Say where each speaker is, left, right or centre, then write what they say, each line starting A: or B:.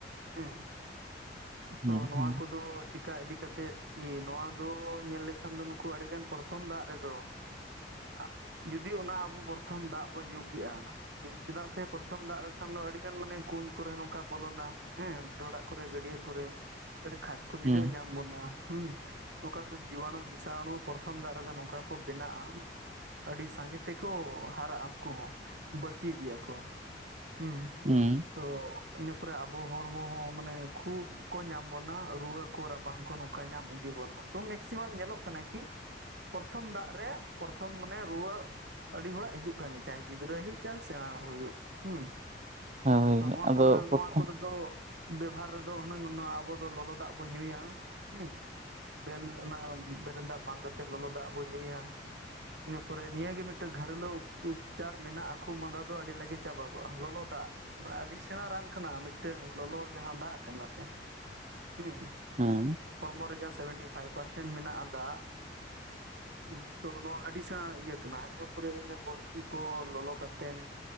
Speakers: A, on the right; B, on the right.
A: ᱦᱩᱸ ᱾
B: ᱦᱩᱸ
A: ᱛᱚ ᱱᱚᱣᱟ
B: ᱦᱩᱸ
A: ᱠᱚᱫᱚ ᱪᱤᱠᱟ ᱤᱫᱤ ᱠᱟᱛᱮᱫ ᱠᱤ ᱱᱚᱣᱟ ᱫᱚ ᱧᱮᱞ ᱞᱮᱠᱷᱟᱱ ᱫᱚ, ᱱᱩᱠᱩ ᱟᱹᱰᱤ ᱜᱟᱱ ᱯᱨᱚᱛᱷᱚᱢ ᱫᱟᱜ ᱨᱮᱫᱚ ᱟᱜ ᱡᱩᱫᱤ ᱚᱱᱟ ᱟᱵᱚ ᱯᱚᱨᱛᱷᱚᱢ ᱫᱟᱜ ᱵᱚ ᱧᱩ ᱠᱮᱜᱼᱟ ᱪᱮᱫᱟᱜ ᱥᱮ ᱯᱚᱨᱛᱷᱚᱢ ᱫᱟᱜ ᱞᱮᱠᱷᱟᱱ ᱫᱚ ᱟᱹᱰᱤ ᱜᱟᱱ ᱢᱟᱱᱮ ᱠᱩᱧ ᱠᱚᱨᱮ ᱱᱚᱝᱠᱟ ᱵᱚᱞᱚᱱᱟ ᱦᱮᱸ ᱰᱚᱰᱟᱜ ᱠᱚᱨᱮ ᱜᱟᱹᱰᱭᱟᱹ ᱠᱚᱨᱮ ᱟᱹᱰᱤ ᱠᱷᱟᱡᱽ ᱠᱷᱩᱡᱽᱞᱟᱹᱣ
B: ᱦᱩᱸ
A: ᱧᱟᱢ ᱵᱚᱱᱟ ᱦᱩᱸ ᱱᱚᱝᱠᱟ ᱨᱮᱫᱚ ᱡᱤᱵᱟᱱᱩ ᱵᱤᱥᱟᱱᱩ ᱯᱚᱨᱛᱷᱚᱢ ᱫᱟᱜ ᱨᱮᱫᱚ ᱱᱚᱝᱠᱟ ᱠᱚ ᱵᱮᱱᱟᱜᱼᱟ ᱾ ᱟᱹᱰᱤ ᱥᱟᱸᱜᱮ ᱛᱮᱠᱚ ᱦᱟᱨᱟᱜᱼᱟ, ᱩᱱᱠᱩ ᱦᱚᱸ ᱵᱟᱹᱲᱛᱤ ᱤᱫᱤᱜ ᱟᱠᱚ ᱦᱩᱸ ᱾
B: ᱦᱩᱸ ᱾
A: ᱛᱚ ᱤᱱᱟᱹ ᱯᱚᱨᱮ ᱟᱵᱚ ᱦᱚᱲᱢᱚ ᱦᱚᱸ ᱢᱟᱱᱮ ᱠᱷᱩᱜ ᱠᱚ ᱧᱟᱢ ᱵᱚᱱᱟ, ᱨᱩᱣᱟᱹ ᱠᱚ ᱨᱟᱵᱟᱝ ᱠᱚ ᱱᱚᱝᱠᱟ ᱧᱟᱢ ᱤᱫᱤ ᱵᱚᱱᱟ ᱾ ᱛᱚ ᱢᱮᱠᱥᱤᱢᱟᱢ ᱧᱮᱞᱚᱜ ᱠᱟᱱᱟ ᱠᱤ ᱯᱚᱨᱛᱷᱚᱢ ᱫᱟᱜ ᱨᱮ ᱯᱚᱨᱛᱷᱚᱢ ᱢᱟᱱᱮ ᱨᱩᱣᱟᱹ ᱟᱹᱰᱤ ᱦᱚᱲᱟᱜ ᱦᱤᱡᱩᱜ ᱠᱟᱱ ᱜᱮᱭᱟ, ᱪᱟᱦᱮ ᱜᱤᱫᱽᱨᱟᱹ ᱦᱩᱭᱩᱜ ᱪᱟᱦᱮ ᱥᱮᱸᱬᱟ ᱦᱚᱲ ᱦᱩᱭᱩᱜ ᱦᱩᱸ,
B: ᱦᱳᱭ
A: ᱛᱚ ᱱᱚᱣᱟ ᱠᱚᱨᱮ
B: ᱟᱫᱚ ᱯᱨᱚᱛᱷᱚᱢ
A: ᱱᱚᱣᱟ ᱠᱚᱨᱮ ᱫᱚ ᱵᱮᱵᱷᱟᱨ ᱨᱮᱫᱚ ᱦᱩᱱᱟᱹᱝ ᱱᱚᱣᱟ ᱟᱵᱚ ᱫᱚ ᱞᱚᱞᱚ ᱫᱟᱜ ᱵᱚ ᱧᱩᱭᱟ ᱦᱩᱸ, ᱵᱮᱞ ᱚᱱᱟ ᱵᱮᱨᱮᱞ ᱫᱟᱜ ᱵᱟᱝ ᱠᱟᱛᱮ ᱞᱚᱞᱚ ᱫᱟᱜ ᱵᱚᱱ ᱧᱩᱭᱟ ᱤᱱᱟᱹ ᱯᱚᱨᱮ ᱱᱤᱭᱟᱹᱜ ᱜᱮ ᱢᱤᱫᱴᱟᱹᱝ ᱜᱷᱟᱨᱞᱳ ᱩᱯᱪᱟᱨ ᱢᱮᱱᱟᱜ-ᱟ᱾ ᱠᱷᱩᱜ ᱢᱟᱸᱫᱟ ᱫᱚ ᱟᱹᱰᱤ ᱞᱟᱜᱮ ᱪᱟᱵᱟᱠᱚᱜᱼᱟ ᱞᱚᱞᱚ ᱫᱟᱜ ᱟᱹᱰᱤ ᱥᱮᱬᱟ ᱨᱟᱱ ᱠᱟᱱᱟ, ᱢᱤᱫᱴᱟᱹᱝ ᱞᱚᱞᱚ ᱡᱟᱦᱟᱸ ᱫᱟᱜ ᱠᱟᱱᱟ ᱥᱮ ᱦᱩᱸ,
B: ᱦᱩᱸ᱾
A: ᱦᱚᱲᱢᱚ ᱨᱮ ᱡᱟᱦᱟᱸ ᱥᱮᱵᱷᱮᱱᱴᱤ ᱯᱷᱟᱭᱤᱵᱷ ᱯᱟᱨᱥᱮᱱᱴ ᱢᱮᱱᱟᱜ-ᱟ ᱫᱟᱜ, ᱦᱮᱸ ᱛᱚ ᱱᱚᱣᱟ ᱟᱹᱰᱤ ᱥᱮᱬᱟ ᱤᱭᱟᱹ ᱠᱟᱱᱟ ᱤᱱᱟᱹ ᱯᱚᱨᱮ ᱦᱩᱭᱱᱟ ᱜᱚᱞᱠᱤ ᱠᱚ ᱞᱚᱞᱚ ᱠᱟᱛᱮ ᱛᱮᱱ